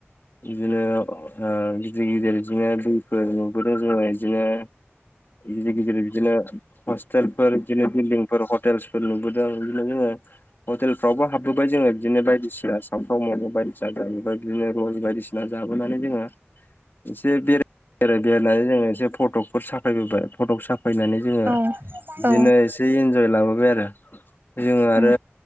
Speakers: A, on the left; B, on the right.
A: बिदिनो गिदिर गिदिर बिदिनो दैफोर नुबोदों जोङो बिदिनो। गिदिर गिदिर बिदिनो हस्टेलफोर बिदिनो बिल्डिंफोर हटेलस नंग' दां नोंनि गोसो
B: <inaudible>
A: हटेलफ्रावबो हाबबोबाय जोङो बिदिनो बायदिसिना सावफ्राव म बायदिसिना जबाय बिदिनो रज बायदिसिना। जाबोनानै जोङो एसे बेराय आरो बेरायनानै जोङो एसे फट' फफोर साफायबोबाय फट'खौ साफायनानै जोङो
B: औ
A: बिदिनो एसे इन्जय लाबोबाय आरो। जोङो
B: उम
A: आरो